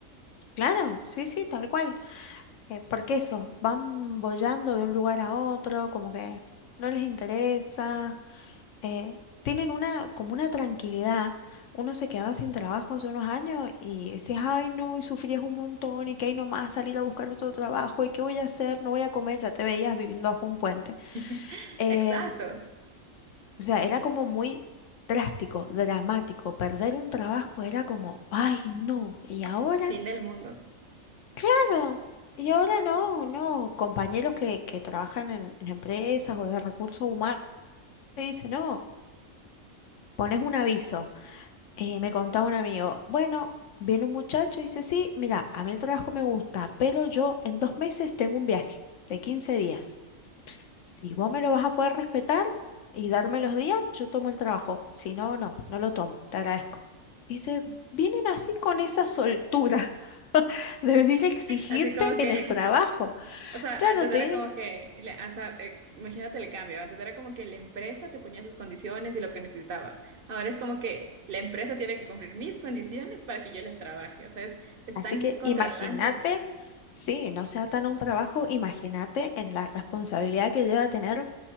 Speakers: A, on the left (about 65°); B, on the right (about 50°).
A: claro, sí, sí, tal cual. Eh, porque eso, van bollando de un lugar a otro, como que no les interesa. eh, tienen una, como una tranquilidad. Uno se quedaba sin trabajo hace unos años y decías, ay no, y sufrías un montón y que hay nomás salir a buscar otro trabajo y qué voy a hacer, no voy a comer, ya te veías viviendo bajo un puente.
B: <laughs>
A: Em,
B: Exacto,
A: o sea, era como muy drástico, dramático. Perder un trabajo era como, ay no, y ahora,
B: fin del mundo.
A: claro. Y ahora no, no, compañeros que, que trabajan en, en empresas o de recursos humanos te dicen, no, pones un aviso. eh, me contaba un amigo, bueno, viene un muchacho y dice, sí, mira, a mí el trabajo me gusta, pero yo en dos meses tengo un viaje de 15 días. Si vos me lo vas a poder respetar y darme los días, yo tomo el trabajo. Si no, no, no lo tomo, te agradezco. Dice, vienen así con esa soltura <laughs> de venir a exigirte
B: Así como
A: en
B: que
A: el trabajo.
B: O sea,
A: Claro,
B: antes
A: te
B: era
A: vienen.
B: como que, la- o sea, eh, imagínate el cambio, antes era como que la empresa te ponía sus condiciones y lo que necesitaba. Ahora es como que la empresa tiene que cumplir mis condiciones para que yo les trabaje. O sea, es, es
A: Así
B: tan
A: que
B: contrastante.
A: imagínate, sí, no sea tan un trabajo, imagínate en la responsabilidad que lleva tener